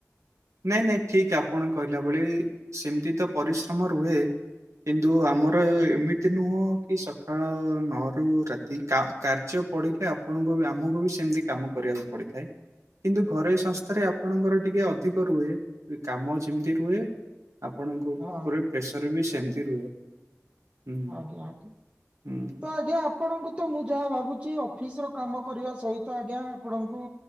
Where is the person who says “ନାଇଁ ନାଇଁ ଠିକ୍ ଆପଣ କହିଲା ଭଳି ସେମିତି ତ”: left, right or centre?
Right